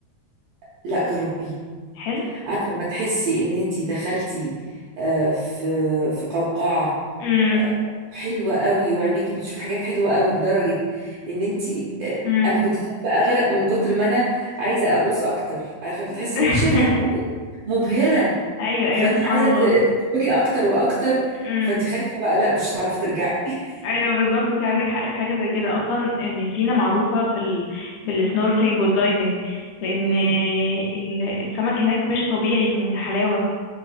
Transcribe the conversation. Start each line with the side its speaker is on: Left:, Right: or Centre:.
Right: لا جربيه
Left: حلو
Right: عارفه ما تحسي ان انتي دخلتي آه، في في قوقعه
Left: امم
Right: آه، حلوه قوي وعينيكي بتشوف حاجات حلوه قوي لدرجه ان انتي آه،
Left: امم
Right: انا كنت خايفه اغرق من كتر ما انا عايزه اغوص اكتر عارفه بتحسي
Left: <laughs>
Right: ان انت شايفه حاجه مبهره
Left: ايوه
Right: فانت
Left: ايوه سبحان
Right: عايزه
Left: الله
Right: ت- تدخلي اكتر واكتر
Left: امم
Right: فانت خايفه بقى لا مش هتعرفي ترجعي <laughs>
Left: ايوه بالظبط انت عندك حق في حاجه زي كده اصلا ان سينا معروفه في ال... بالسنوركلينج والدايفنج لان
Right: مم.
Left: ال- السمك هناك مش طبيعي من الحلاوه